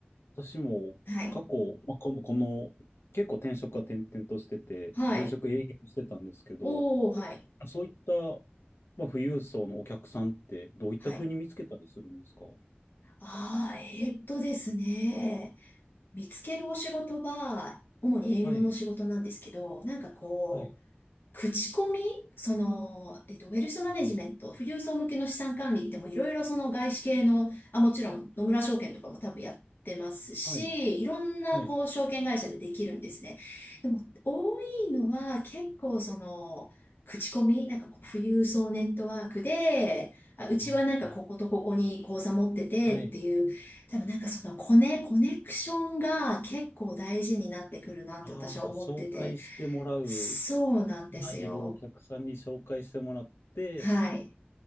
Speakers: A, on the left; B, on the left.
A: 私も過去、
B: はい。
A: まあ、この、この結構転職は転々としてて、
B: はい。
A: 前職営業してたんですけど、
B: おー、はい。
A: そういった、まあ、富裕層のお客さんってどういったふうに見つけたりするんですか
B: はい。ああえーっとですね。見つけるお仕事は、主に営業の仕事なんですけど、
A: はい、
B: なんかこう、
A: はい、
B: 口コミその、えっと、ウェルスマネジメント、
A: あ
B: 富裕層向けの資産管理でもいろいろその外資系の、あ、もちろん野村証券とかも多分やってますし、
A: ーはい、
B: いろんなこう証券会社でできるんですね。
A: はい、
B: でも多いのは結構その、口コミ、なんかこう富裕層ネットワークで、あ、うちはなんかこことここに口座持っててっていう、
A: あーはい、
B: 多分なんかそのコネ、コネクションが結構大事になってくるなって私は思ってて。
A: ああ、なんか紹介してもらう、
B: そうなんですよ。
A: まあ、いるお客さんに紹介してもらって、
B: はい。